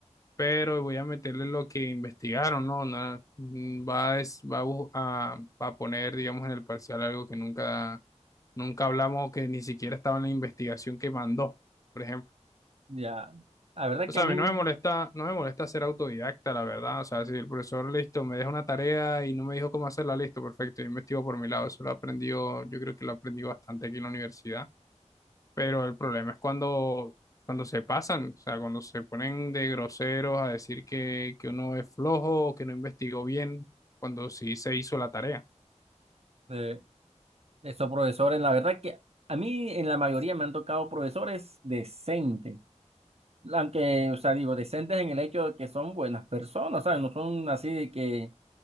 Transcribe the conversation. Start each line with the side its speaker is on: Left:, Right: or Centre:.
Left: pero voy a meterle lo que investigaron, ¿no? Nada, mm, va, a, des- va a, bu- a- va a poner, digamos, en el parcial algo que nunca, nunca hablamos o que ni siquiera estaba en la investigación que mandó, por ejemplo.
Right: Ya, la verdad
Left: O
Right: que
Left: sea,
Right: a mí...
Left: a mí no me molesta, no me molesta ser autodidacta, la verdad. O sea, si el profesor, listo, me deja una tarea y no me dijo cómo hacerla, listo, perfecto, yo investigo por mi lado. Eso lo aprendió, yo creo que lo aprendí bastante aquí en la universidad. Pero el problema es cuando, cuando se pasan, o sea, cuando se ponen de groseros a decir que, que uno es flojo, que no investigó bien, cuando sí se hizo la tarea.
Right: eh, Esos profesores, la verdad que a mí en la mayoría me han tocado profesores decentes, aunque, o sea, digo, decentes en el hecho de que son buenas personas, ¿sabes? No son así de que,